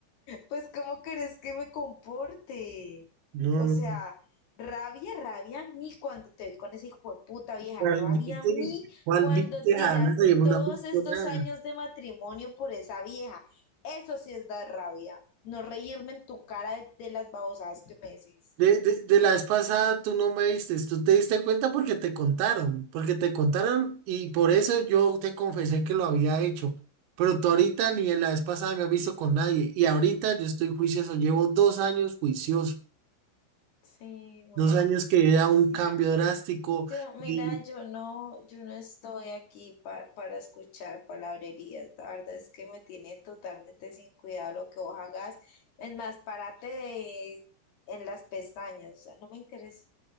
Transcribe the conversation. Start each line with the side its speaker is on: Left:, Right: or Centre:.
Left: Pues, ¿cómo querés que me comporte?
Right: No,
Left: O
Right: no.
Left: sea, rabia, rabia a mí cuando te vi con ese hijo de puta vieja,
Right: ¿Cuál
Left: rabia
Right: viste?
Left: a mí
Right: ¿Cuál
Left: cuando
Right: viste?
Left: tiraste
Right: Jamás yo
Left: todos
Right: no he visto
Left: estos
Right: nada.
Left: años de matrimonio por esa vieja. Eso sí es dar rabia. No reírme en tu cara de, de las babosadas que me decís.
Right: De, de, de la vez pasada tú no me diste, tú te diste cuenta porque te contaron, porque te contaron y por eso yo te confesé que lo había hecho. Pero tú ahorita ni en la vez pasada me has visto con nadie y ahorita yo estoy juicioso, llevo dos años juicioso,
Left: Sí, bueno,
Right: dos años
Left: sí,
Right: que he dado
Left: sí.
Right: un cambio drástico
Left: Yo, mira,
Right: y
Left: yo no, yo no estoy aquí pa- para escuchar palabrerías. La verdad es que me tiene totalmente sin cuidado lo que vos hagas. Es más, párate de- en las pestañas. O sea, no me interesa.